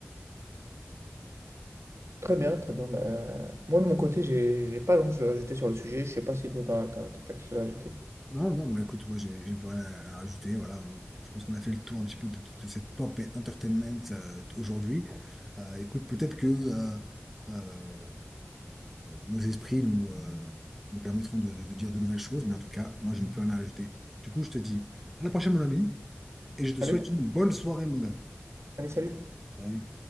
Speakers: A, on the right (about 75°); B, in the centre.
A: Très bien, très bien. Bah, moi, de mon côté, j'ai j'ai pas grand-chose à ajouter sur le sujet. Je sais pas si toi, t'as t'as- t'as quelque chose à ajouter.
B: Non, non, bon, écoute, moi, j'ai j'ai plus rien à rajouter. Voilà, je pense qu'on a fait le tour un petit peu de, de- de cette pop et entertainment euh, aujourd'hui. Euh, écoute, peut-être que euh, euh, nos esprits nous, euh, nous permettront de, de- de dire de nouvelles choses, mais en tout cas, moi, je n'ai plus rien à rajouter. Du coup, je te dis à la prochaine, mon ami, et je te
A: Salut.
B: souhaite une bonne soirée, mon gars.
A: Allez, salut.
B: Salut.